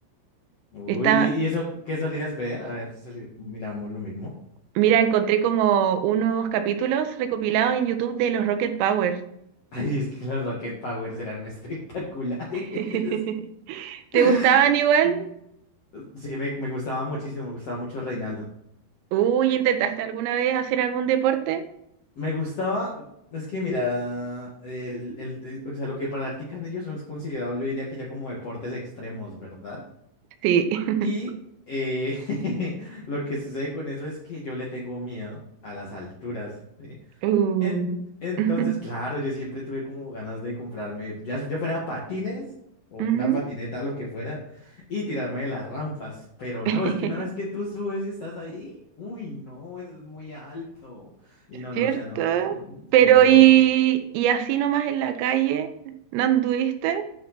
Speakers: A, on the left; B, on the right.
A: Uy,
B: Estaba,
A: ¿y y eso qué solías ver? A ver si soli- miramos lo mismo.
B: mira, encontré como unos capítulos recopilados en YouTube de los Rocket Power.
A: <laughs> Ay, es que los Rocket Powers eran espectaculares.
B: <laughs> ¿Te
A: <laughs>
B: gustaban igual?
A: Mm. Sí, me, me gustaba muchísimo, me gustaba mucho Reinaldo.
B: Uy, ¿intentaste alguna vez hacer algún deporte?
A: Me gustaba, es que mira, el, el- el- o sea, lo que practican ellos son considerados, yo diría que ya como deportes extremos, ¿verdad?
B: Sí. <laughs>
A: Y eh, <laughs> lo que sucede con eso es que yo le tengo miedo a las alturas, ¿sí?
B: Uh.
A: En- entonces,
B: <laughs>
A: claro, yo siempre tuve como ganas de comprarme, ya, ya fuera patines o
B: Ujú.
A: una patineta, lo que fuera, y tirarme de las rampas. Pero
B: <laughs>
A: no, es que una vez que tú subes y estás ahí, uy, no, es muy alto. Y no,
B: ¿cierto?
A: no, o sea, no.
B: Pero
A: Y no, lo,
B: y, y así nomás en la calle, ¿no anduviste?